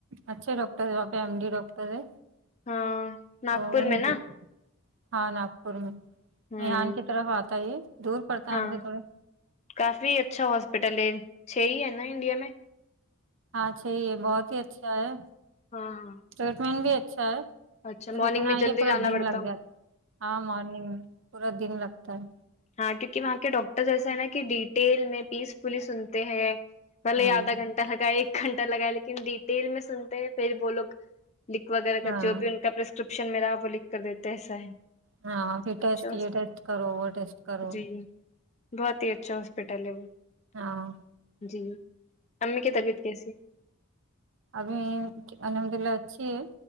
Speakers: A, on the right; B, on the left.
A: اچھے ڈاکٹر ہے ایم ڈی ڈاکٹر ہے
B: ہاں ناگپور
A: تو وہیں
B: میں نا
A: پے ہاں ناگپور میں
B: ہوں
A: میحان کی طرف آتا یہ دور پڑتا
B: ہاں
A: ہے مگر تھوڑا
B: کافی اچھا ہاسپٹل ہے چھ ہی ہے نا انڈیا میں
A: ہاں چھ ہی ہے بہت ہی اچھا ہے
B: ہاں
A: ٹریٹمنٹ بھی اچھا ہے
B: اچھا
A: بس
B: مارننگ
A: اتنا
B: میں جلدی
A: ہے پورا
B: جانا
A: دن
B: پڑتا
A: لگ
B: ہوگا
A: جاتا ہاں مارننگ میں پورا دن لگتا ہے
B: ہاں کیونکہ وہاں کے ڈاکٹرس ایسے ہے نا کہ ڈیٹیل میں پیس فلی سنتے ہیں بھلے
A: ہوں
B: آدھا گھنٹہ لگایا ایک گھنٹہ لگایا لیکن ڈیٹیل میں سنتے ہیں پھر وہ لوگ لک وغیرہ کا
A: ہاں
B: جو بھی ان کا پرسکرپشن میں رہا ہے وہ لکھ کر دیتا ایسا ہے
A: ہاں پھر ٹیسٹ
B: اچھا
A: یہ ٹیسٹ کرو وہ ٹیسٹ کرو
B: جی بہت ہی اچھا ہاسپٹل ہے وہ
A: ہاں
B: جی امی کی طبیعت کیسی ہے
A: ابھی الحمد اللہ اچھی ہے